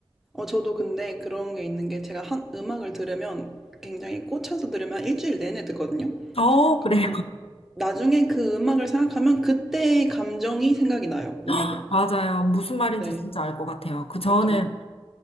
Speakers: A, in the centre; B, on the left.
A: 어, 저도 근데 그런 게 있는 게 제가 한 음악을 들으면 굉장히 꽂혀서 들으면 일주일 내내 듣거든요.
B: 어,
A: 그러면
B: 그래요.
A: 나중에 그 음악을 생각하면 그때의 감정이 생각이 나요, 오히려.
B: <laughs> 맞아요. 무슨 말인지
A: 네,
B: 진짜 알 것 같아요. 그
A: 그렇죠.
B: 저는